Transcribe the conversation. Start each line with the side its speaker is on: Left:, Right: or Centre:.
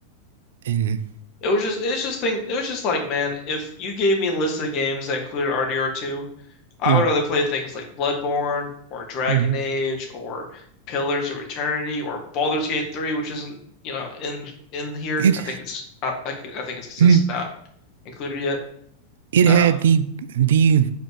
Right: and
Left: It was just it's just thing it was just like, man, if you gave me a list of games that included RDR2, I
Right: Yeah.
Left: would rather play things like Bloodborne or Dragon
Right: Mhm.
Left: Age or Pillars of Eternity or Baldur's Gate 3, which isn't, you know, in in here.
Right: it
Left: I think it's not like I think it's because
Right: mm,
Left: it's not included yet.
Right: it
Left: Um,
Right: had the the